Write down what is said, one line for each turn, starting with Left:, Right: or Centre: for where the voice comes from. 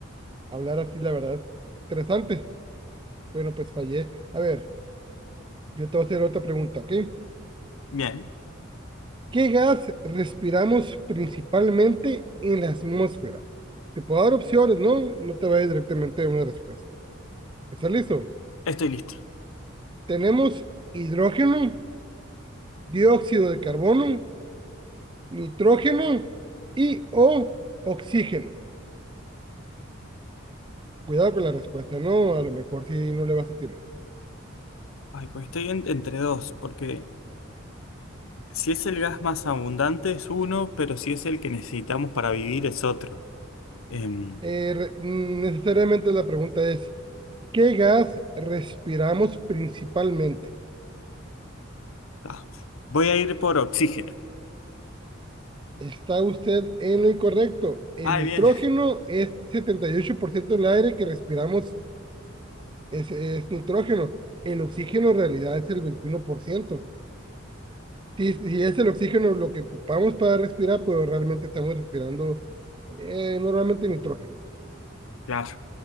Right: hablar así, la verdad. Interesante. Bueno, pues fallé. A ver, yo te voy a hacer otra pregunta, ¿ok?
Left: Bien,
Right: ¿Qué gas respiramos principalmente en la atmósfera? Te puedo dar opciones, ¿no? No te vayas directamente a una respuesta. ¿Está listo?
Left: estoy listo.
Right: Tenemos hidrógeno, dióxido de carbono, nitrógeno y o oxígeno. Cuidado con la respuesta, ¿no? A lo mejor si no le vas a atinar.
Left: Ay, pues estoy en- entre dos, porque si es el gas más abundante es uno, pero si es el que necesitamos para vivir es otro. Em,
Right: Eh, necesariamente la pregunta es, ¿qué gas respiramos principalmente?
Left: ah, Voy a ir por oxígeno.
Right: Está usted en lo incorrecto. El
Left: Ay,
Right: nitrógeno
Left: bien,
Right: es 78% del aire que respiramos es, es nitrógeno. El oxígeno en realidad es el veintiuno por ciento Si, si es el oxígeno lo que ocupamos para respirar, pues realmente estamos respirando eh, normalmente nitrógeno.
Left: claro,